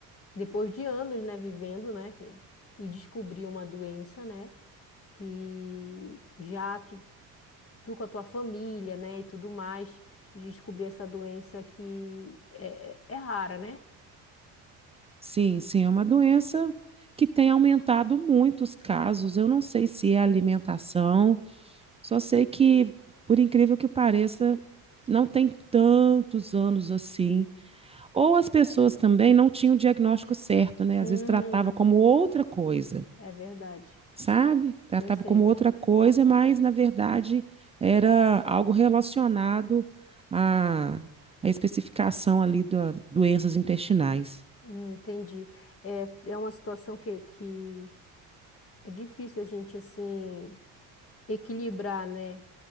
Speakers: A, on the left; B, on the right.
A: depois de anos, né, vivendo, né, que- e descobrir uma doença, né? que já tu, tu com a tua família, né, e tudo mais, descobrir essa doença que é, é é rara, né?
B: Sim, sim, é uma doença que tem aumentado muito os casos. Eu não sei se é alimentação, Só sei que, por incrível que pareça, não tem tantos anos assim. Ou as pessoas também não tinham o diagnóstico certo, né?
A: Hum,
B: Às vezes tratava como outra coisa,
A: é verdade.
B: sabe? Tratava
A: Eu sei,
B: como outra coisa, mas na verdade era algo relacionado à, à especificação ali das doenças intestinais.
A: Hum, entendi. É, é uma situação que, que é difícil a gente, assim, equilibrar, né?